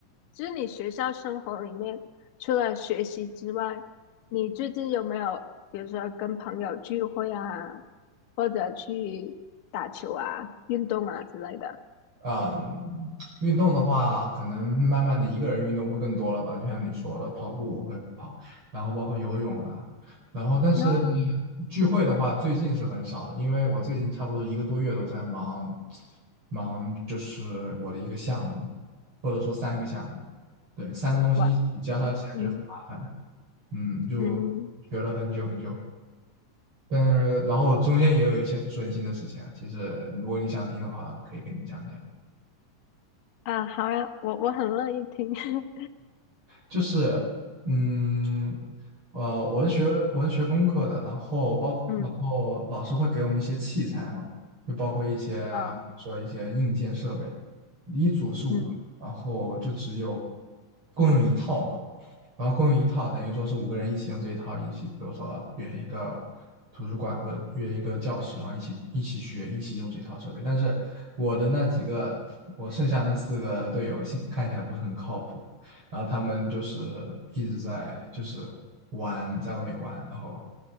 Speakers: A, on the left; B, on the right.
A: 就是你学校生活里面，除了学习之外，你最近有没有比如说跟朋友聚会啊，或者去打球啊、运动啊之类的？
B: 啊，运动的话，可能慢慢的一个人运动会更多了吧，就像你说的，跑步我会跑，然后包括游泳啊，然后但是
A: 啊，
B: 聚会的话，
A: 嗯，
B: 最近是很少的因为我最近差不多一个多月都在忙，忙就是我的一个项目，或者说三个项目，对，三个东西一起交叉起来就很麻烦，
A: 哇，安。嗯
B: 嗯，就
A: 嗯
B: 学了很久很久。但是然后中间也有一些不顺心的事情啊。其实如果你想听的话，可以跟你讲讲。
A: 啊，好呀，我我很乐意听。<laughs>
B: 就是嗯呃，我是学我是学工科的，然后包然后老师会给我们一些器材嘛，
A: 嗯
B: 就包括一些比如说一些硬件设备，
A: 啊
B: 一组是五个，
A: 嗯
B: 然后就只有共用一套嘛。然后共用一套，等于说是五个人一起用这一套，一起比如说约一个图书馆或者约一个教室，然后一起一起学，一起用这套设备。但是我的那几个，我剩下那四个队友，现看起来不是很靠谱。然后他们就是一直在就是玩，在外面玩，然后